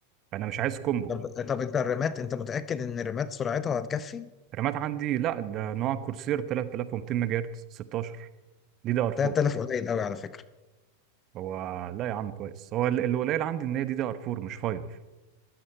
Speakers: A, on the right (about 35°); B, on the left (about 25°).
A: فانا مش عايز كومبو
B: طب طب انت الرامات انت متاكد ان الرامات سرعتها هتكفي
A: رامات عندي لا ده نوع كورسير 3200 ميجا هرتز 16 دي دي ار
B: 3000
A: 4
B: قليل قوي على فكره
A: هو لا يا عم كويس هو ال- اللي قليل عندي ان هي دي دي ار 4 مش 5